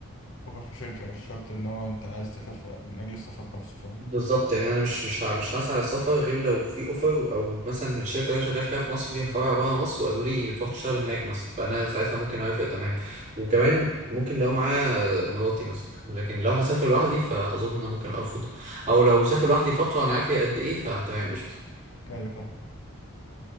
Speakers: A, on the left; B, on the right.
A: اوفر في شركة مش شرط ان هو انت عايز تسافر ف- من اجل السفر نفسه فاهم
B: بالظبط يعني انا مش مش ه- مش هسعى على السفر غير لو في اوفر او مثلا الشركه اللي انا شغال فيها في مصر فيها فرع بره مصر وقالوا لي تروح تشتغل هناك مثلا فانا ساعتها ممكن اوافق تمام وكمان ممكن لو معايا مراتي مثلا لكن لو هسافر لوحدي فاظن ممكن ارفض او لو سافر لوحدي فتره انا عارف هي قد ايه فتمام قشطه
A: ايوه فاهم